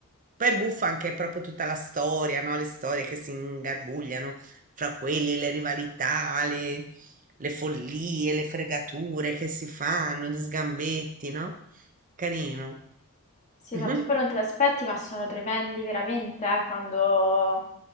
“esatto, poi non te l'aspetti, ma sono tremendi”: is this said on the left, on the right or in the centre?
Left